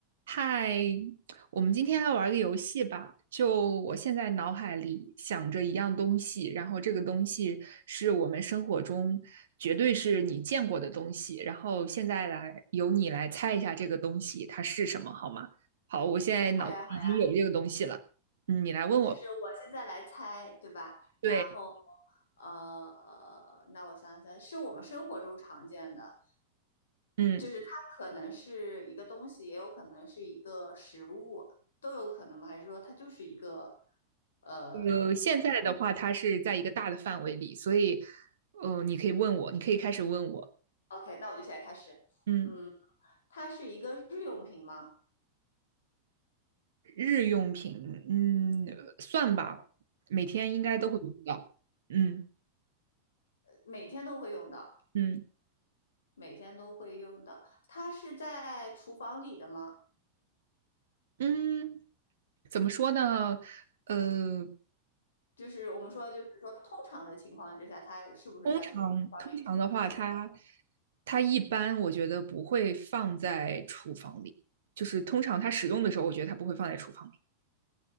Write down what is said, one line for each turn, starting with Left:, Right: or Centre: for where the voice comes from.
Right: 嗨，我们今天来玩个游戏吧。就我现在脑海里想着一样东西，然后这个东西是我们生活中绝对是你见过的东西，然后现在来由你来猜一下这个东西它是什么，好吗？好，我现在脑子已经有这个东西了，
Left: 好呀，好呀，
Right: 嗯，你来问我。
Left: 就是我现在来猜，对吧？然后，
Right: 对，
Left: 呃，那我想想，是我们生活中常见的，
Right: 嗯，
Left: 就是它可能是一个东西，也有可能是一个食物，都有可能吗？还是说它就是一个，呃
Right: 呃，现在的话它是在一个大的范围里，所以，呃，你可以问我，你可以开始问我，
Left: ，OK，那我就现在开始，
Right: 嗯。
Left: 嗯，它是一个日用品吗？
Right: 日用品，嗯，算吧，每天应该都会用到。嗯
Left: 每天都会用的，
Right: 嗯
Left: 每天都会用的，它是在厨房里的吗？
Right: 嗯，怎么说呢？呃，
Left: 就是我们说，就是说通常的情况之下，它是不是在厨房里出现的？
Right: 通常通常的话，它它一般我觉得不会放在厨房里，就是通常它使用的时候，我觉得它不会放在厨房里。